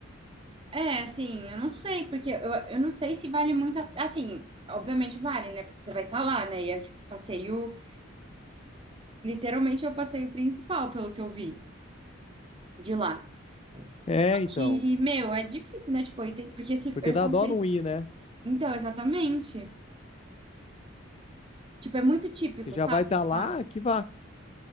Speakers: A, on the right; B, on the left.
A: é, assim, eu não sei, porque eu, eu não sei se vale muito, a- assim, obviamente vale, né? Porque você vai estar lá, né? E é tipo, passeio Literalmente é o passeio principal, pelo que eu vi de lá.
B: É,
A: Só
B: então.
A: Que, meu, é difícil, né? Tipo, aí tem- porque se,
B: Porque
A: eu
B: dá
A: só não
B: dó
A: sei.
B: não
A: se-
B: ir, né?
A: Então, exatamente. Tipo, é muito típico,
B: Que já
A: sabe?
B: vai estar
A: De
B: lá,
A: lá.
B: que vá.